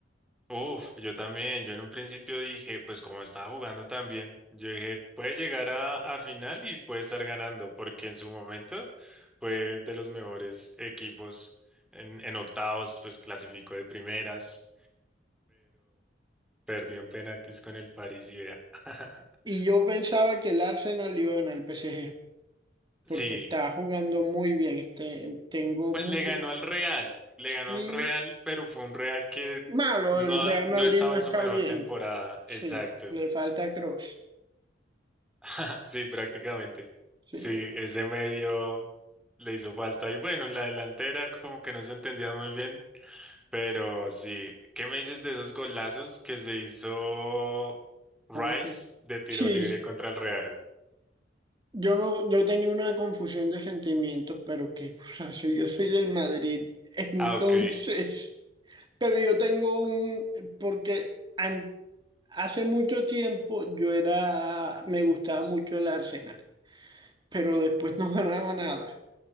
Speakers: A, in the centre; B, on the right.
A: Uf, yo también, yo en un principio dije, pues como estaba jugando tan bien, yo dije, puede llegar a, a final y puede estar ganando, porque en su momento fue de los mejores equipos en, en octavos, pues clasificó de primeras, Perdió en penaltis con el París y vea. <laughs>
B: Y yo pensaba que el Arsenal iba a ganar el PSG,
A: Sí,
B: porque está jugando muy bien. Este, tengo
A: pues
B: mucho,
A: le ganó al Real, le
B: sí,
A: ganó a un Real, pero fue un Real que
B: malo,
A: no,
B: el
A: ha-
B: Real
A: no
B: Madrid
A: estaba
B: no
A: en
B: está
A: su mejor
B: bien.
A: temporada.
B: Sí,
A: Exacto.
B: le falta Cross
A: <laughs> Sí, prácticamente.
B: Sí,
A: Sí, ese medio le hizo falta. Y bueno, en la delantera como que no se entendían muy bien, pero sí. ¿Qué me dices de esos golazos que se hizo Rice
B: ¿cómo se?
A: de tiro
B: Sí,
A: libre contra el Real?
B: Yo no, yo tenía una confusión de sentimientos, pero qué curazo, yo soy del Madrid, entonces,
A: Ah, ok.
B: pero yo tengo un, porque an- hace mucho tiempo yo era, me gustaba mucho el Arsenal, pero después no ganaba nada